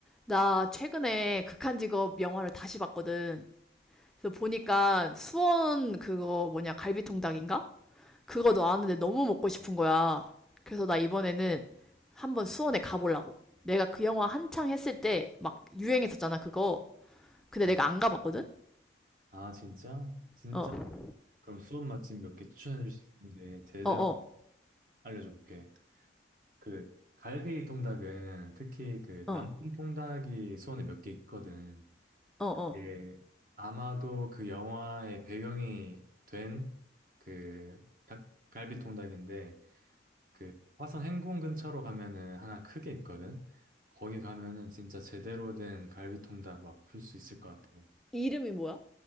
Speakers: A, in the centre; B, on the right (about 45°).
A: 나 최근에 극한 직업 영화를 다시 봤거든. 그래서 보니까 수원 그거 뭐냐, 갈비통닭인가? 그거 나왔는데 너무 먹고 싶은 거야. 그래서 나 이번에는 한번 수원에 가보려고. 내가 그 영화 한창 했을 때 막 유행했었잖아, 그거. 근데
B: 아,
A: 내가 안 가봤거든?
B: 아, 진짜? 진짜?
A: 어,
B: 그럼 수원 맛집 몇 개 추천해 줄 수 있는데 제대로
A: 어, 어,
B: 알려줄게. 그 갈비 통닭은 특히 그
A: 어,
B: 남풍 통닭이 수원에 몇 개 있거든.
A: 어, 어.
B: 그 아마도 그 영화의 배경이 된그 갈비 통닭인데 그 화성 행궁 근처로 가면은 하나 크게 있거든. 거기 가면은 진짜 제대로 된 갈비 통닭 막 풀 수 있을 것 같아.
A: 이름이 뭐야?